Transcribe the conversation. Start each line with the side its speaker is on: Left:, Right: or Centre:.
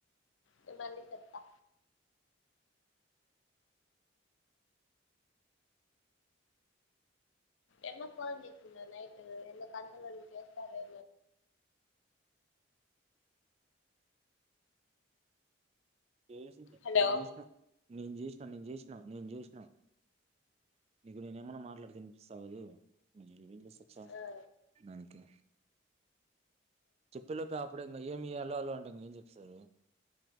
Left: నేను మళ్ళీ చెప్తా ఏమ ఫోన్ చేసిందా నైట్ <unintelligible> చేస్తారు
Right: చేసిందే
Left: హలో
Right: నేను చేసినా నేను చేసినా నేను చేసినా నేను చేసినా నీకు నేనేమైనా మాట్లాడితే వినిస్తావదు నువ్వేం చేసి చచ్చావ్
Left: ఆ
Right: దానికి చెప్పేలోపే అప్పుడే ఇంకా ఏమి ఇయాలో అలా అంటాం ఏం చెప్స్తారు